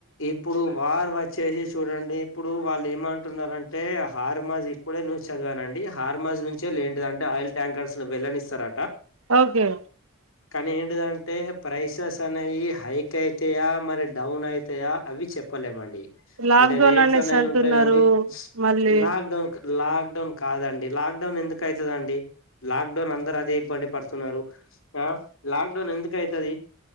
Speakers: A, on the left; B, on the right.
A: ఇప్పుడు వార్ వచ్చేసి చూడండి ఇప్పుడు వాళ్ళు ఏమంటున్నంటే హార్మాజ్ ఇప్పుడే న్యూస్ చదివానండి హార్మాజ్ నుంచే లేంటిది అంటే ఆయిల్ ట్యాంకర్స్ ను వెల్ళనిస్తార
B: ఓకే
A: కానీ ఏ ఏంటి ప్రైసెస్ అనేవి హై ఎక్ అయితయా మరి డౌన్ అయితయా అవి చెప్పలేమండి
B: లాక్డౌన్
A: అంటే రేట్లు
B: అనేసి
A: అనేది
B: అంటున్నారు
A: ఉంటాయిదండి
B: మళ్ళీ
A: లాక్ డౌన్ లాక్డౌన్ కాదండి లాక్డౌన్ ఎందుకు అవుతుదండి లాక్ డౌన్ అందరు అదే ఇబ్బంది పడుతున్నారు ఆ లాక్డౌన్ ఎందుకు అవుతుది